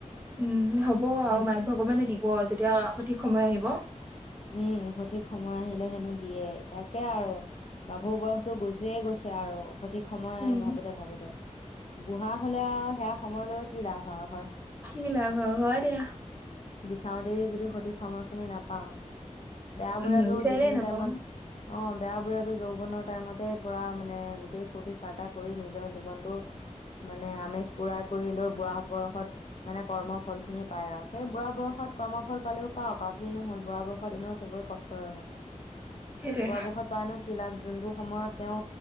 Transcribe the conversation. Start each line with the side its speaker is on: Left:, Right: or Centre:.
Right: উম হ'ব আৰু
Left: হুম।
Right: মানে ভগৱানে দিব যেতিয়া সঠ ঠিক সময় আহিব
Left: উম সঠিক সময় আহিলে হেনো দিয়ে তাকে আৰু গাভৰু বয়সটো গুচিয়ে গৈছে আৰু সঠিক সময়
Right: উম
Left: ভাবোতে ভাবোতে বুঢ়া হলে আৰু সেয়া সময় লই কি লাভ হয় হয়
Right: কি লাভ হয় হয় দিয়া
Left: বিচাওতে যদি সঠিক সময়খিনি নাপাও বেয়া বোৰেটো
Right: উম বিচাৰিলেই
Left: যিখিনি
Right: নাপাও
Left: টাইমত অ বেয়া বোৰেটো যৌৱনৰ টাইমতে পুৰা মানে গোটেই ফূৰ্তি ফাৰ্তা কৰি নিজৰ জীৱনটো মানে আমেজ পুৰা কৰি লৈ বুঢ়া বয়সত মানে কৰ্ম ফল খিনি পায় আৰ সেই বুঢ়া বয়সত কৰ্মফল পালেও পাওক আৰু কি নু হল বুঢ়া বয়সত এনেও চবৰে কষ্টই হয়
Right: সেইটোৱে
Left: বুঢ়া বয়সত পাই নু কি লাভ যোনটো সময়ত তেওঁ